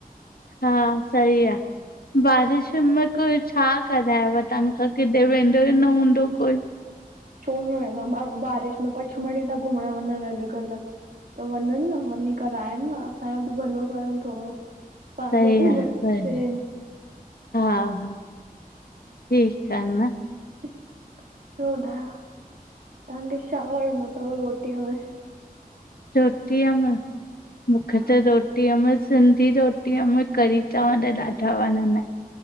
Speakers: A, on the left (about 80°); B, on the right (about 70°).
A: हा सही आ, बारिश में कोई छा करायव तहां खा वेंदो ई न हूदों कोई!
B: छो न वेंदो माण्हू, बारिश में पंचमड़ी था घुमणु वञनि अॼुकल्ह। त वञनि न वञी कराइनि न, असांजो बि भलो करन थोड़ो। पांजो
A: सही
B: बि
A: आ
B: भलो
A: सही
B: थियनि।
A: हा, हा ठीकु आ न।
B: ॿियो ॿुधायो तव्हांखे छा वणंदो थव रोटीअ में?
A: रोटीअ मे, मूंखे
B: हा
A: त रो रोटीअ में, सिंधी रोटीअ में कढ़ी चांवर ॾाढा वणंदा आहिन।